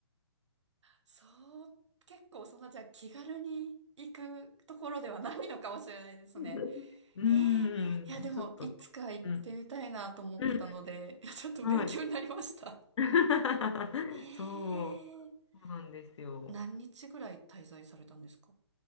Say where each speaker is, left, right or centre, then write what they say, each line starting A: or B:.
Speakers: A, on the right (about 85°); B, on the left (about 85°).
A: そう、結構そんな、じゃあ気軽に行くところではないのかもしれないですね。
B: <laughs> うーん、
A: へえ、いやでも、
B: ちょっと。
A: いつか行ってみたいなと思ってたので、
B: うん、うん、
A: いやちょっと勉強になりました。
B: はい。<laughs>
A: へえ。
B: そう、そうなんですよ。
A: 何日ぐらい滞在されたんですか